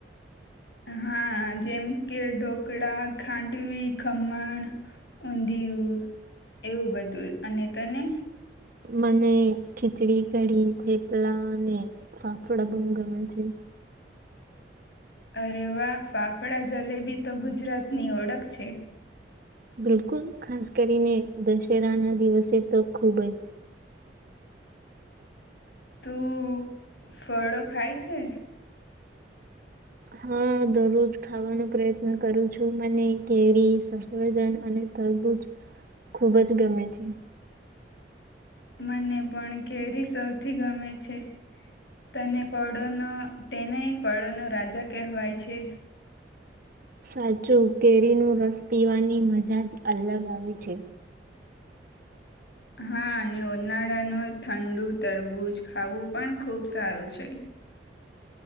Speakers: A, on the left; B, on the right.
A: હા જેમ કે ઢોકળા ખાંડવી ખમણ ઊંધિયું એવું બધું અને તને
B: મને ખીચડી કડીી થેપલા અને ફાફડા બહુ ગમે છે
A: અરે વાહ ફાફડા જલેબી તો ગુજરાતની ઓળખ છે
B: બિલકુલ ખાસ કરીને દશેરાના દિવસે તો ખૂબ જ
A: તું ફળો ખાય છે
B: હા દરરોજ ખાવાનો પ્રયત્ન કરું છું મને કેરી સફજન અને તરબૂજ ખુબ જ ગમે છે
A: મને પણ કેરી સૌથી ગમે છે તને ફળોનો તેને ફળોનો રાજા કહેવાય છે
B: સાચું કેરી નું રસ પીવાની મજા જ્યાંજ અલગ આવે છે
A: હા અને ઉનાળાનું ઠંડુ તરબૂજ ખાવું પણ ખુબ સારું છે